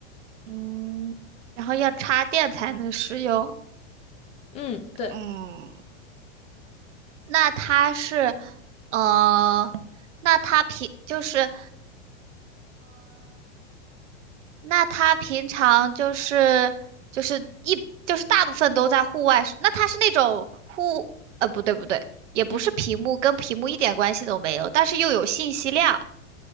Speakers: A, on the right; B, on the left.
A: 嗯，然后要插电才能使用。
B: 嗯，对，
A: 嗯，那它是，呃，那它平就是，那它平常就是就是一就是大部分都在户外使，那它是那种户，呃，不对不对，也不是屏幕，
B: 嗯，
A: 跟屏幕一点关系都没有，但是又有信息量，